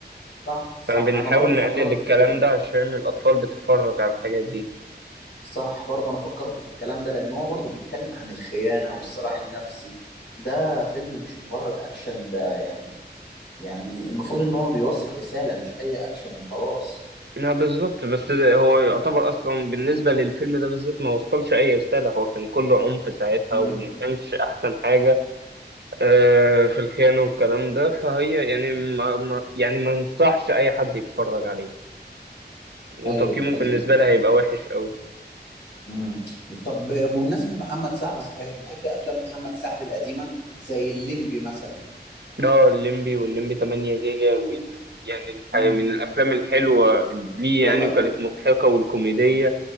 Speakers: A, on the left (about 75°); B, on the right (about 75°).
A: صح صح
B: فبنحاول
A: انا برضو فكرت
B: نقلل الكلام
A: في كده
B: ده عشان الأطفال بتتفرج على الحاجات دي
A: صح برضو انا فكرت في الكلام ده لان هو برضو بيتكلم عن الخيانة والصراع النفسي ده فيلم مش مجرد اكشن ده يعني يعني المفروض ان هو بيوصل رسالة مش اي اكشن وخلاص
B: لا بالظبط بس ده- هو يعتبر أصلا بالنسبة للفيلم ده بالذات ما وصلش أي رسالة هو كان كله عنف ساعتها
A: مم.
B: وما كانش أحسن حاجة آه، في الخيانة والكلام ده فهي يعني ما ما- يعني ما انصحش أي حد يتفرج عليه وتقييمه
A: ايوه ده حقيقي
B: بالنسبة لي هيبقى وحش أوي
A: امم طب بمناسبة محمد سعد صحيح بتحب افلام محمد سعد القديمة زي الليمبي مثلا
B: اه الليمبي والليمبي 8 جيجا من يعني الحقيقة
A: مم.
B: من الأفلام الحلوة ليه
A: والله
B: يعني وكانت مضحكة والكوميدية